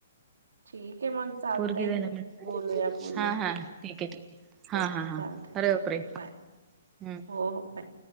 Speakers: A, on the right; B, on the right.
A: ठीके मंग. चालतंय.
B: पोरगी झाला म्हण
A: बोलूया पुन्हा.
B: हा हा ठीक आहे ठीक आहे
A: हो
B: हा हा हा
A: चालतय.
B: अरे
A: हो
B: बापरे
A: बाय.
B: हम्म.
A: हो हो बाय.